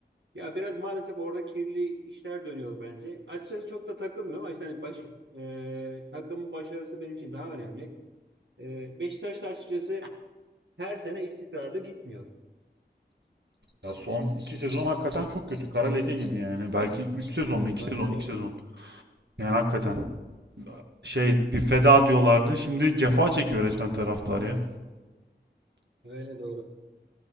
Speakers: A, on the right; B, on the right.
A: Ya biraz maalesef orada kirli işler dönüyor bence. Açıkçası çok da takılmıyorum. ama işte hani başı, e, takımın başarısı benim için daha önemli. E, Beşiktaş da açıkçası her sene istikrarlı gitmiyor.
B: Ya son iki sezon hakikaten çok kötü. Kara leke gibi yani. Belki 3 sezon mu? iki
A: Aynen
B: sezon, 2
A: öyle.
B: sezon. Yani hakikaten. şey bir feda diyorlardı. Şimdi cefa çekiyor resmen taraftar ya.
A: Öyle doğru.